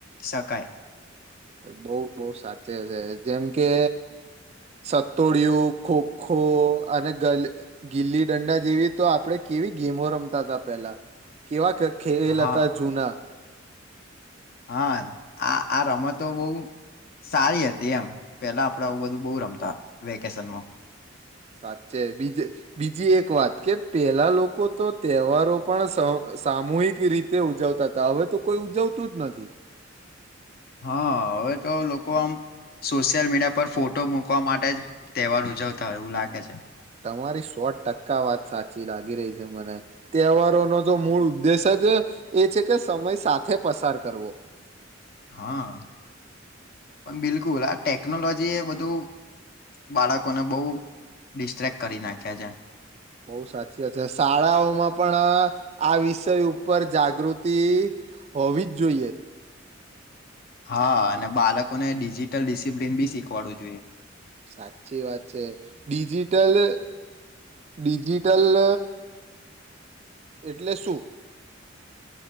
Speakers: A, on the left (about 50°); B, on the right (about 35°).
A: શકાય
B: બઉ બઉુ સાચે છે જેમ કે સતોડિયું ખોખો અને ગ ગીલી ડંડા જેવી તો આપણેે કેવી ગેમો રમતા હતા પેલા કેવા ખેલ
A: હા
B: હતા જૂના
A: હા આ આ રમતો બહ સારી હતી એમ પેલા આપડા બધું બહ રમતા વેકેશનમાં
B: સાચે બીજ બીજી એક વાત કે પેલા લોકો તો તહેવારો પણ સામૂહિક રીતે ઉજવતા હતા હવે તો કોઈ ઉજવતું જ નથી
A: હા હવે તો લોકો આમ સોશિયલ મીડિયા પર ફોટો મુૂકવા માટે જ તહેવાર ઉજવતા હોય એવું લાગે છે
B: તમારી સો ટકા વાત સાચી લાગી રહી છે મને તહેવારો નો તો મૂળ ઉદ્દેશ જ એ છે કે સમય સાથે પસાર કરવો
A: હા પણ બિલકુલ આ ટેકનોલોજી એ બધું બાળકોને બહુ ડિસ્ટ્રેક્ટ કરી નાખ્યા છે
B: બહ સાચી વાત છે શાળાઓમાં પણ આ વિષય ઉપર જાગૃતિ હોવી જ જોઈએ
A: હા અને બાળકોને ડિજિટલ ડિસિપ્લિન બી શીખવાડું જોઈએ
B: સાચી વાત છે ડિજિટલ ડિજિટલ એટલે શું